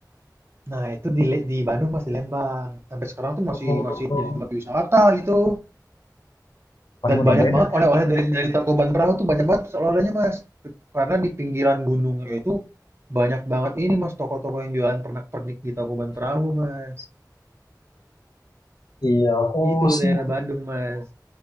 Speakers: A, on the right; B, on the left.
A: nah itu di Le- di Bandung Mas, di Lembang. Sampai sekarang tuh masih
B: Oh,
A: masih jadi tempat wisata gitu.
B: paling
A: Dan
B: udah
A: banyak
B: beda.
A: banget oleh-oleh dari dari Tangkuban Perahu tuh banyak banget oleh-olehnya, Mas. Karena di pinggiran gunungnya itu banyak banget ini, Mas, toko-toko yang jualan pernak-pernik di Tangkuban Perahu, Mas.
B: Iya, aku
A: Itu
B: sih
A: daerah Bandung, Mas.